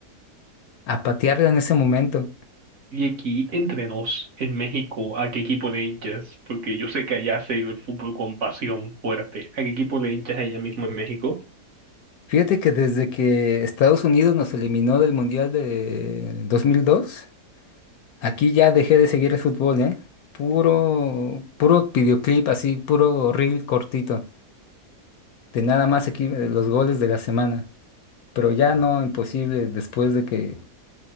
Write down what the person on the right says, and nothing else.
Y aquí, entre nos, en México, ¿a qué equipo le hinchas? Porque yo sé que allá se ha el fútbol con pasión fuerte. ¿A qué equipo le hinchas allá mismo en México?